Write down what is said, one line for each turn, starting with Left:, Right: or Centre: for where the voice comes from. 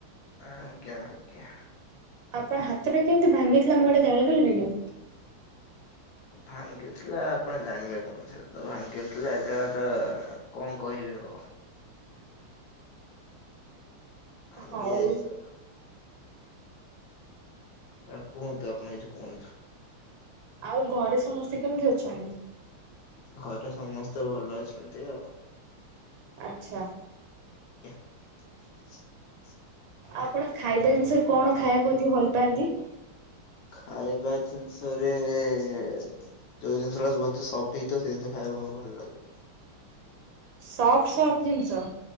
Left: ଆଜ୍ଞା ଆଜ୍ଞା।
Right: ଆପଣ ହାତଟା କେମିତି ଭାଙ୍ଗିଥିଲା ମୁଁ ଏଇଟା ଜାଣିପାରିବି କିି?
Left: ଭାଙ୍ଗିଥିଲା ଆପଣ ଜାଣିବେ କଣ ସେତ ଭାଙ୍ଗିଥିଲା ଏଟା ତ କଣ କହିବି ଆଉ
Right: <inaudible>
Left: ଭାଙ୍ଗି
Right: ହଉ
Left: ଯାଇଛି ଆ ଆ କୁହନ୍ତୁ ଆପଣ କିଛି କୁହନ୍ତୁ।
Right: ଆଉ ଘରେ ସମସ୍ତେ କେମତି ଅଛନ୍ତି?
Left: ଘରେ ସମସ୍ତେ ଭଲ ଅଛନ୍ତି ଆଉ।
Right: ଆଚ୍ଛା।
Left: <unintelligible>
Right: ଆପଣ ଖାଇବା ଜିନିଷରେ କଣ ଖାଇବାକୁ ଅଧିକ ଭଲ ପାଆନ୍ତି?
Left: ଖାଇବା ଜିନିଷରେ ଯୋଉ ଜିନିଷଟା ସଫ୍ଟ ହେଇଥିବ ସେ ଜିନିଷ ଖା ଏବଂ ଭଲ ଲାଗେ।
Right: ସଫ୍ଟ ସଫ୍ଟ ଜିନିଷ?